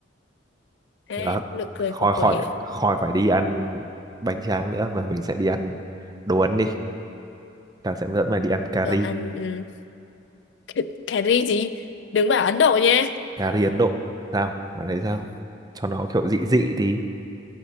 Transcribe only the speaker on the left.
à,
nụ cười
của quỷ
Đồ
ăn ừ. cà, cà ri gì Đừng bảo Ấn Độ nha